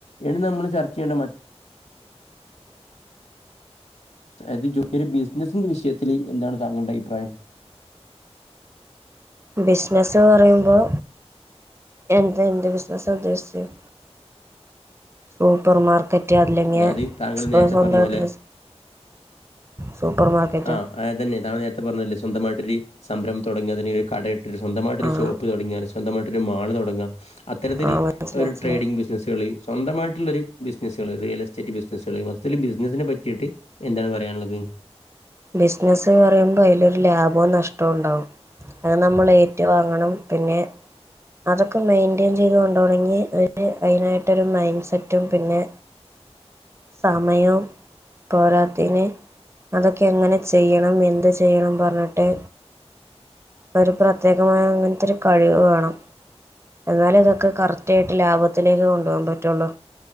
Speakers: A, on the left (about 75°); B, on the right (about 25°).
A: ഇനി നമ്മൾ ചർച്ച ചെയ്യേണ്ട അതായത് ജോലി ഒരു ബിസിനസ്സിന്റെ വിഷയത്തിൽ എന്താണ് താങ്കളുടെ അഭിപ്രായം
B: ബിസിനസ്സ് പറയുമ്പോൾ എന്താ എന്ത് ബിസിനസാ ഉദ്ദേശിച്ചത് സൂപ്പർ മാർക്കറ്റ് അല്ലെങ്ങ
A: അതായത് താങ്കൾ
B: സ്വന്തമായിട്ടൊരു
A: നേരത്തെ പറഞ്ഞ പോലെ
B: സൂപ്പർ മാർക്കറ്റൊ
A: ആ അതന്നെ താൻ നേരത്തെ പറഞ്ഞല്ലേ സ്വന്തമായിട്ടൊരു സംരംഭം തുടങ്ങി അതിനൊരു കടയിട്ട് സ്വന്തമായിട്ടൊരു
B: ആഹ്
A: ഷോപ്പ് തുടങ്ങ സ്വന്തമായിട്ടരു മാൾ തുടങ്ങ അത്തരത്തിൽ
B: ആഹ് മനസ്സിലായി
A: ഒരു
B: മനസ്സിലായി
A: ട്രേഡിങ്‌ ബിസിനസ്കള് സ്വന്തമായിട്ടുള്ള ഒരു ബിസിനസുകള് റിയൽ എസ്റ്റേറ്റ് ബിസിനസ്കള് മൊത്തത്തിത്തില് ബിസിനസിനെ പറ്റിയിട്ട് എന്താണ് പറയാനുള്ളത്?
B: ബിസിനസ് എന്ന് പറയുമ്പോൾ അതിലൊരു ലാഭവും നഷ്ടവും ഉണ്ടാകും അത് നമ്മൾ ഏറ്റുവാാങ്ങണം പിന്നെ അതൊക്കെ മെയിന്റെയിൻ ചെയ്ത് കൊണ്ടോണോങ്കി അതിനായിട്ടൊരു മൈൻഡ് സെറ്റും പിന്നെ സമയവും പോരാത്തിന് അതൊക്കെ എങ്ങനെ ചെയ്യണം എന്ത് ചെയ്യണം പറഞ്ഞിട്ട് ഒരു പ്രത്യേകമായ അങ്ങനത്തെൊരു കഴിവ് വേണം എന്നാല ഇതൊക്കെ കറക്റ്റ് ആയിട്ട് ലാഭത്തിലേക്ക് കൊണ്ടു പോകാൻ പറ്റുള്ളൂ